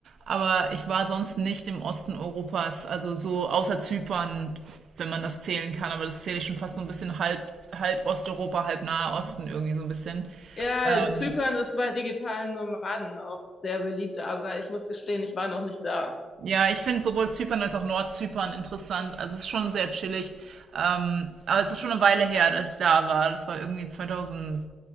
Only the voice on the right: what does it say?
Aber ich war sonst nicht im Osten Europas, also so außer Zypern, wenn man das zählen kann. Aber das zähle ich schon fast so ein bisschen halb, halb Osteuropa, halb Nahe Osten irgendwie so ein bisschen.
Ähm,
ja, ich finde sowohl Zypern als auch Nordzypern interessant. Also es ist schon sehr chillig. Ähm, aber es ist schon eine Weile her, dass ich da war. Das war irgendwie 2000.